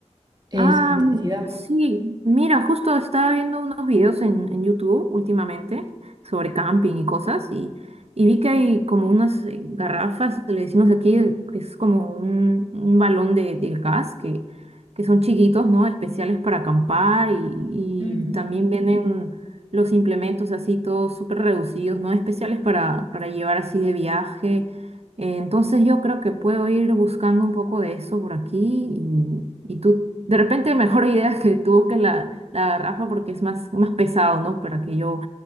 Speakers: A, on the right (about 35°); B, on the right (about 55°).
A: eh,
B: Ah,
A: sin necesidad.
B: sí, mira, justo estaba viendo unos videos en, en YouTube últimamente sobre camping y cosas y, y vi que hay como unas eh, garrafas, le decimos aquí, el- que es como un, un balón de, de gas que, que son chiquitos, ¿no? Especiales para acampar y, y
A: Mm.
B: también vienen los implementos así todos súper reducidos, ¿no? Especiales para, para llevar así de viaje. Eh, Entonces yo creo que puedo ir buscando un poco de eso por aquí y, y tú de repente mejor idea que tú que la, la garrafa porque es más, más pesado, ¿no? Para que yo